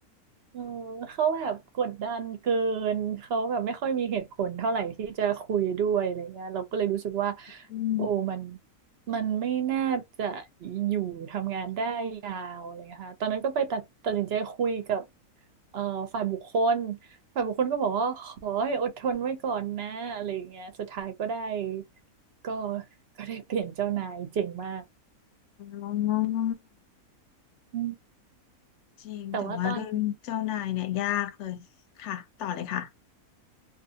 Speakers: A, on the right (about 60°); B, on the left (about 60°).
A: เออเขาแบบกดดันเกินเขาแบบไม่ค่อยมีเหตุผลเท่าไหร่ที่จะคุยด้วยอะไรเงี้ยเราก็เลยรู้สึกว่า
B: อืม
A: โอ้มันมันไม่น่าจะอยู่ทำงานได้ยาวอะไรเลยค่ะตอนนั้นก็ไปตัดตัดสินใจคุยกับเอ่อฝ่ายบุคคลฝ่ายบุคคลก็บอกว่าขอให้อดทนไว้ก่อนนะอะไรเงี้ยสุดท้ายก็ได้ก็ก็ได้เปลี่ยนเจ้านายเจ๋งมาก
B: อ๋อ
A: อืม
B: จริงแต่ว่าเรื่องเจ้านายเนี่ยยากเลยค่ะต่อเลยค่ะ
A: แต่ว่าตอน